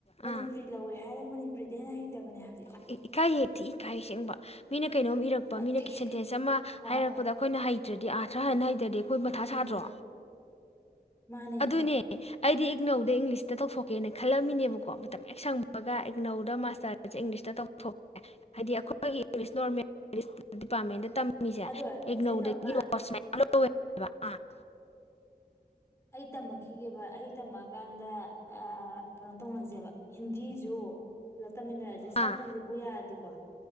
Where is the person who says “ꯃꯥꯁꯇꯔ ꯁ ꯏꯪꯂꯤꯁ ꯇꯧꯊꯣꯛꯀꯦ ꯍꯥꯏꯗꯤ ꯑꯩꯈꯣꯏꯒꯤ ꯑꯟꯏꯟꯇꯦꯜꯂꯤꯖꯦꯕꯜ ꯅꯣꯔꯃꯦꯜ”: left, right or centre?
Left